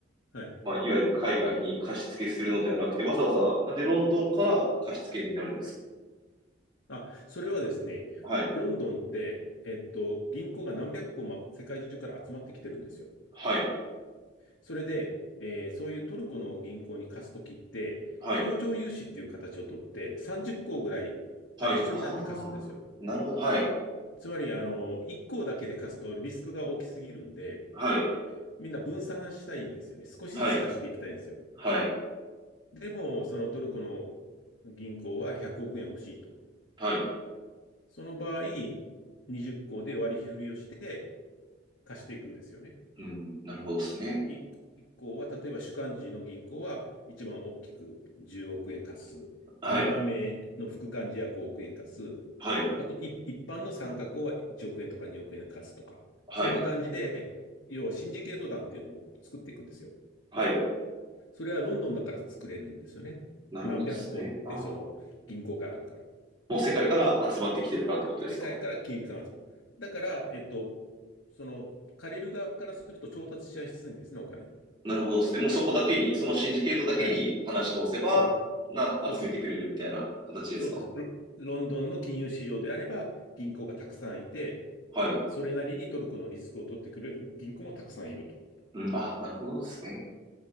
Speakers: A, on the left; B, on the right.
A: はい。
B: まあ、いわゆる海外に貸し付けするのではなくて、わざわざ、なんでロンドンから貸し付けになるんです
A: あ、それはですね、
B: かはい。
A: ロンドンって、えっと、銀行が何百個も世界中から集まってきてるんですよ。
B: はい。
A: それで、えーそういうトルコの銀行に貸すときって、
B: はい。
A: 協調融資っていう形をとって、30個ぐらいが一緒になって貸すんですよ。
B: はい。ああなるほど。はい。
A: つまり、あの、一行だけで貸すとリスクが大きすぎるんで、
B: はい。
A: みんな分散したいんですよね。少しずつ貸していきたいんですよ。
B: はい。はい。
A: でも、そのトルコの銀行は100億円欲しいと。
B: はい。
A: その場合、20校で割り振りをして貸していくんですよね。
B: うん、なるほどですね。
A: 1行は、例えば主幹事の銀行は一番大きく10億円貸す。
B: はい、
A: 2番目の副幹事は5億円貸す。
B: はい、
A: あと、い一般の参画校は1億円とか2億円貸すとか、
B: はい。
A: そんな感じで、要はシンジケート団っていうのを作っていくんですよ。
B: はい、
A: それはロンドンだから作れるんですよね。
B: なるほどですね。
A: 何百個ってその銀行があるから。
B: ああ、もう世界から集まってきてるからってことですか
A: 世界から金融機関が。だから、えっと、その借りる側からすると調達しやすいんですね、お金も。
B: なるほどですね。もうそこだけに、そのシンジケートだけに話し通せば、
A: はい。そう、
B: な、
A: そうです。
B: 集めてくれるみたいな形ですか
A: そうです。ロ、ロンドンの金融市場であれば銀行がたくさんいて、
B: はい。
A: それなりにトルコのリスクを取ってくれる銀行もたくさんいると。
B: うん、あなるほどですね。